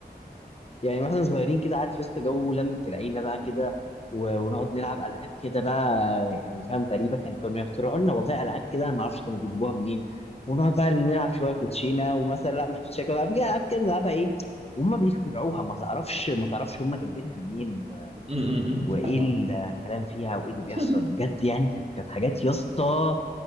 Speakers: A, on the left; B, on the right.
A: يعني واحنا صغيرين كده عارف يا اسطى جو لمة العيلة بقى كده و- ونقعد نلعب ألعاب كده بقى يعني فاهم غريبة كان كانوا يخترعوا لنا والله ألعاب كده أنا ما أعرفش كانوا بيجيبوها منين ونقعد بقى نلعب شوية كوتشينة ومثلا لا مش كوتشينة كده بقى في ألعاب كده نلعبها إيه وهم بيخترعوها ما تعرفش ما تعرفش هم جايبينها منين
B: م- فاهمة. م-
A: وايه
B: فاهمة.
A: الكلام فيها وايه اللي بيحصل
B: <laughs>
A: بجد يعني كانت كانت حاجات يا اسطى